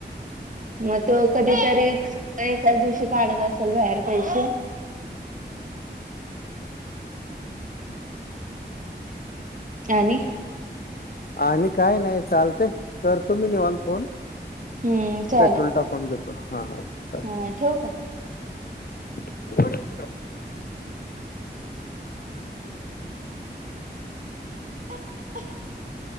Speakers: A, on the right; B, on the left.
A: मग तो कधीतरी एकाच दिवशी काढत असेल बाहेर पैसे. आणि
B: आणि काय नाही चालतंय, करतो मी निवांत फोन,
A: हम्म चालेल
B: पेट्रोल टाकून घेतो हा हा.
A: हा ठेवू का?
B: <unintelligible>
A: अह